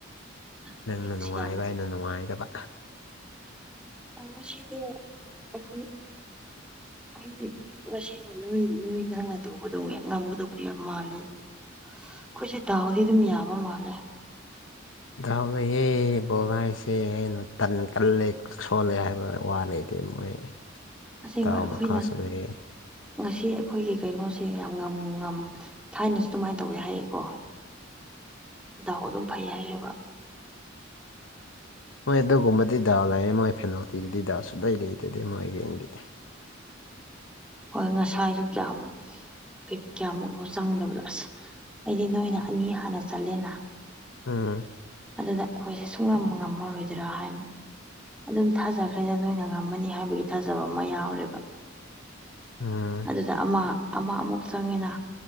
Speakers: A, on the left; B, in the centre.
A: ꯅꯪꯅ
B: ꯑꯩꯗꯤ ꯉꯁꯤ
A: ꯅꯨꯡꯉꯥꯏꯕ
B: ꯌꯥꯝ
A: ꯑꯩꯅ ꯅꯨꯡꯉꯥꯏꯗꯕ
B: ꯑ ꯁꯤꯗꯈꯣꯏꯗꯤ <unintelligible> ꯉꯁꯤꯁꯦ ꯅꯣꯏ ꯅꯣꯏ ꯅꯪꯅ ꯇꯧꯕꯗꯣ ꯉꯝꯒꯗꯧꯕꯗꯤ ꯌꯥꯝ ꯃꯥꯜꯂꯦ ꯑꯩꯈꯣꯏꯁꯦꯗꯥꯎꯗꯤ ꯑꯗꯨꯝ ꯌꯥꯕ ꯃꯥꯜꯂꯦ
A: ꯗꯥꯎ ꯂꯩꯌꯦ ꯕꯣꯜ ꯍꯥꯏꯁꯦ ꯑꯩꯅ ꯇꯟ ꯀꯜꯂꯦ ꯁꯣꯜꯂꯦ ꯍꯥꯏꯕ ꯋꯥ ꯂꯩꯇꯦ ꯃꯣꯏ
B: ꯑꯁꯦꯡꯕ
A: ꯗꯥꯎ
B: ꯑꯩꯈꯣꯏꯅ
A: ꯃꯈꯥꯁꯨ ꯂꯩꯌꯦ
B: ꯉꯁꯤ ꯑꯩꯈꯣꯏꯒꯤ ꯀꯩꯅꯣꯁꯦ ꯌꯥꯝ ꯉꯝ ꯉꯝ ꯊꯥꯏꯅꯁꯨ ꯑꯗꯨꯃꯥꯏꯅ ꯇꯧꯋꯦ ꯍꯥꯏꯌꯦꯀꯣ
A: <inaudible>
B: ꯗꯥꯎ ꯑꯗꯨꯝ ꯐꯩ ꯍꯥꯏꯌꯦꯕ
A: ꯃꯣꯏ ꯑꯗꯨꯒꯨꯝꯕꯗꯤ ꯗꯥ ꯂꯩꯌꯦ ꯃꯣꯏ ꯐꯦꯅꯥꯜꯇꯤꯗꯨꯗꯤ ꯗꯥꯎ ꯁꯨꯡꯂꯩ ꯂꯩꯇꯗꯤ ꯃꯣꯏꯒꯤꯡꯗꯤ
B: ꯍꯣꯏ ꯉꯁꯥꯏꯁꯨ ꯌꯥꯝ <unintelligible> ꯀꯌꯥꯃꯨꯛꯂꯣ ꯆꯪꯗꯕꯗꯣ ꯑꯁ ꯑꯩꯗꯤ ꯅꯣꯏꯅ ꯑꯅꯤ ꯍꯥꯟꯅ ꯆꯟꯂꯦꯅ
A: ꯎꯝ
B: ꯑꯗꯨꯗ ꯑꯩꯈꯣꯏꯁꯦ ꯁꯨꯡ ꯉꯝꯃꯔꯣꯏꯗꯔꯥ ꯍꯥꯏꯅ ꯑꯗꯨꯝ ꯊꯥꯖꯈ꯭ꯔꯦꯗ ꯅꯣꯏꯅ ꯉꯝꯃꯅꯤ ꯍꯥꯏꯕꯒꯤ ꯊꯥꯖꯕ ꯑꯃ ꯌꯥꯎꯔꯦꯕ
A: ꯎꯝ
B: ꯑꯗꯨꯗ ꯑꯃ ꯑꯃ ꯑꯃꯨꯛ ꯆꯪꯉꯤꯅ